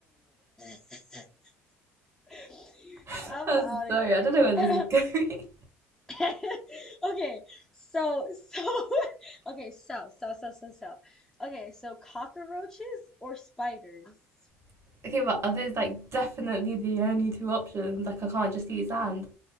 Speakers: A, in the centre; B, on the right.
A: <laughs> <laughs>
B: <laughs>
A: I'm
B: I'm
A: out
B: sorry
A: of here.
B: I don't know where this
A: <coughs>
B: is going
A: <laughs> Okay, so so <laughs> okay, so so so so so. Okay, so cockroaches or spiders?
B: <laughs> okay but are those like definitely the only two options like I can't just eat sand